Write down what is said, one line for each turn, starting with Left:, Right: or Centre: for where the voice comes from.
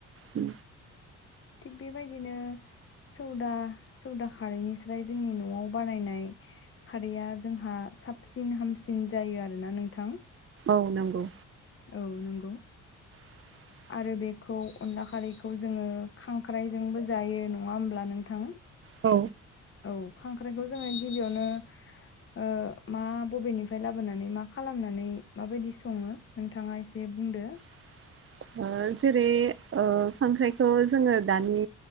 Right: उ
Left: थिग बेबायदिनो सौदा सौदा खारैनिस्राय जोंनि न'आव बानायनाय खारैया जोंहा साबसिन हामसिन जायो आरोना नोंथां
Right: औ नांगौ
Left: औ नंगौ
Right: <inaudible>
Left: आरो बेखौ अनला खारैखौ जोङो खांख्राइजोंबो जायो नङा होमब्ला नोंथां?
Right: औ
Left: औ खांख्राइखौ जोङो गिबियावनो ओ मा बबेनिफ्राय लाबोनानै मा खालामनानै माबायदि सङो नोंथाङा एसे बुंदो
Right: <inaudible> ओ जेरै खांख्रायखौ जोङो दानि